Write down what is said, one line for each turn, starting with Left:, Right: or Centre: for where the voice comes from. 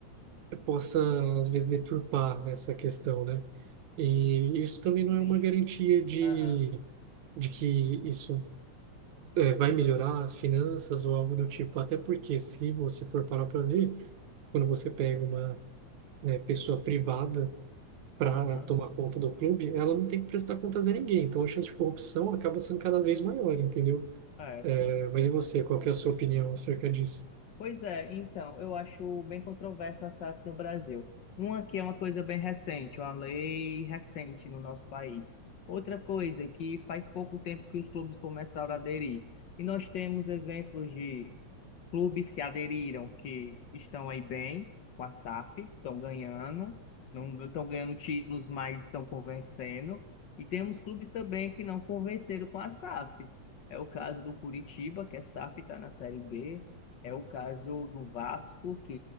Right: eh, possa, às vezes, deturpar essa questão, né? E isso também
Left: sim,
Right: não é uma garantia de,
Left: aham,
Right: de que isso eh, vai melhorar as finanças ou algo do tipo. Até porque, se você for parar para ver, quando você pega uma eh, pessoa privada, para
Left: aham.
Right: tomar conta do clube, ela não tem que prestar contas a ninguém. Então a chance de corrupção acaba sendo cada vez maior, entendeu?
Left: É, sim,
Right: É,
Left: sim.
Right: mas e você, qual que é a sua opinião acerca disso?
Left: Pois é, então, eu acho bem controversa a SAF no Brasil. Uma que é uma coisa bem recente, uma lei recente no nosso país. Outra coisa é que faz pouco tempo que os clubes começaram a aderir. E nós temos exemplos de Clubes que aderiram, que estão aí bem com a SAF, estão ganhando, não estão ganhando títulos, mas estão convencendo. E temos clubes também que não convenceram com a SAF. É o caso do Curitiba, que é SAF, está na Série B. É o caso do Vasco, que